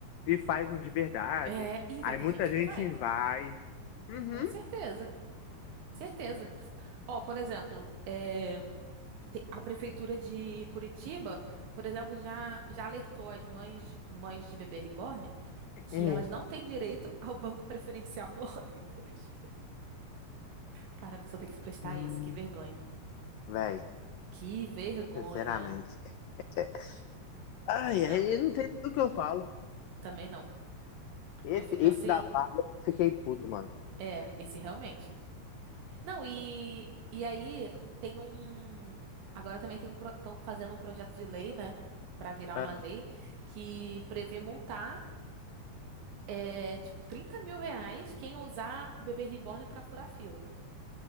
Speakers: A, on the left; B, on the right.
A: e faz um de verdade.
B: É, e
A: Aí
B: vai ter
A: muita
B: gente
A: gente
B: que vai,
A: vai. Uhum.
B: com certeza, certeza. Ó, por exemplo, é, tem- a prefeitura de Curitiba, por exemplo, já, já alertou as mães, mães de bebê reborn que
A: Uhum.
B: elas não têm direito <laughs> ao banco preferencial no <laughs> ônibus. Cara, a pessoa tem que se prestar
A: Hum,
B: a isso, que vergonha.
A: Véi,
B: Que vergonha.
A: sinceramente. é- Ai,
B: Não,
A: ai, eu não sei do que eu falo.
B: também não.
A: Esse,
B: Eu fico
A: esse
B: assim,
A: da vaga, eu fiquei puto, mano.
B: é, esse realmente. Não, e, e aí tem um. Agora também tem um. Estão fazendo um projeto de lei, né? Pra virar
A: Ah.
B: uma lei que prevê multar, é, tipo, trinta mil reais quem usar o bebê reborn pra furar fila.